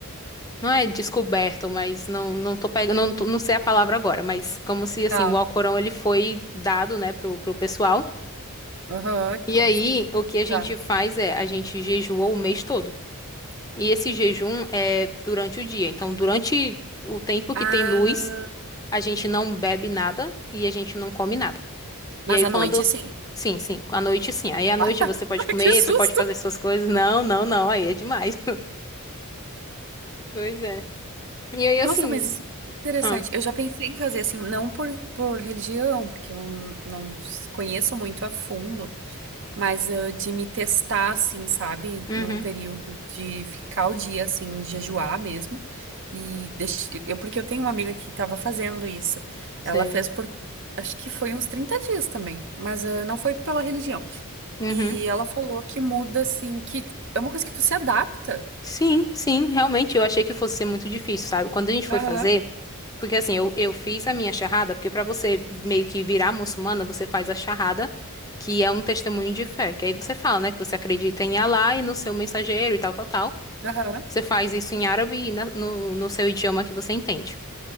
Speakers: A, on the left; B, on the right.
A: Não é descoberto, mas não, não tô pegando, não, tô- não sei a palavra agora, mas como se, assim,
B: tá.
A: o Alcorão ele foi dado, né, pro, pro pessoal.
B: Aham,
A: E
B: como
A: aí,
B: assim?
A: o que a gente
B: Tá.
A: faz é, a gente jejua o mês todo. E esse jejum é durante o dia. Então, durante o tempo
B: Ah,
A: que tem luz, a gente não bebe nada e a gente não come nada.
B: mas
A: E aí,
B: à
A: quando.
B: noite, sim.
A: Sim, sim, à noite sim. Aí à noite
B: Ah, tá.
A: você
B: <laughs>
A: pode comer,
B: Que susto!
A: você pode fazer suas coisas. Não, não, não, aí é demais. <laughs> Pois é. E aí, assim.
B: Nossa, mas isso é interessante.
A: Ah,
B: Eu já pensei em fazer assim, não por, por religião, porque eu não conheço muito a fundo, Mas ah, de me testar, assim, sabe?
A: uhum,
B: Num período de ficar o dia, assim, de jejuar mesmo. E deix... eu, porque eu tenho uma amiga que estava fazendo isso.
A: sei.
B: Ela fez por, acho que foi uns 30 dias também, mas ah, não foi pela religião.
A: Uhum.
B: E ela falou que muda, assim, que é uma coisa que tu se adapta.
A: Sim, sim, realmente eu achei que fosse ser muito difícil, sabe? Quando a gente foi
B: Aham,
A: fazer. Porque assim, eu, eu fiz a minha charrada, porque pra você meio que virar muçulmana, você faz a charrada, que é um testemunho de fé. Que aí você fala, né, que você acredita em Alá e no seu mensageiro e tal, tal, tal.
B: aham.
A: Você faz isso em árabe e na- no, no seu idioma que você entende.